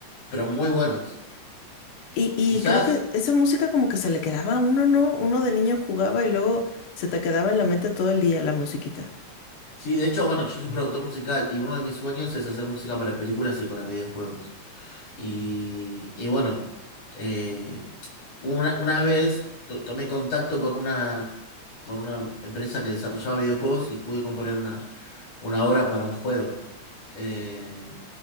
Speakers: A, on the left; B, on the left.
A: Pero muy buenos.
B: Y, y
A: Quizás,
B: creo que esa música como que se le quedaba a uno, ¿no? Uno de niño jugaba y luego se te quedaba en la mente todo el día la musiquita.
A: sí, de hecho, bueno, yo soy productor musical y uno de mis sueños es hacer música para películas y para videojuegos. Y, y bueno, eh, una, una vez to- tomé contacto con una, con una empresa que desarrollaba videojuegos y pude componer una, una obra para un juego. Eh,